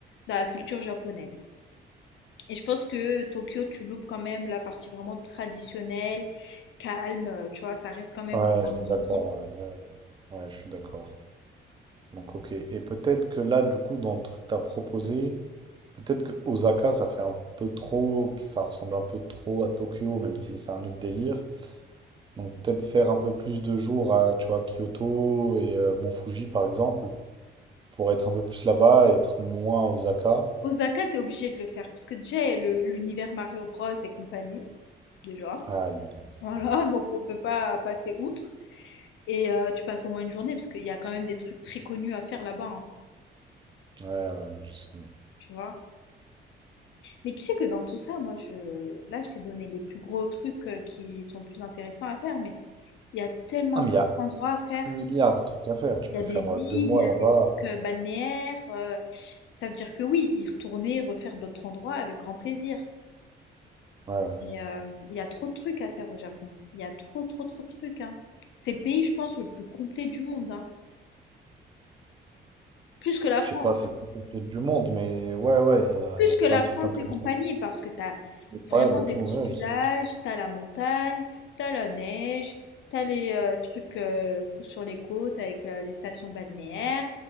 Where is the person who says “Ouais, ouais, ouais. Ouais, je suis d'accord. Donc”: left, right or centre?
Right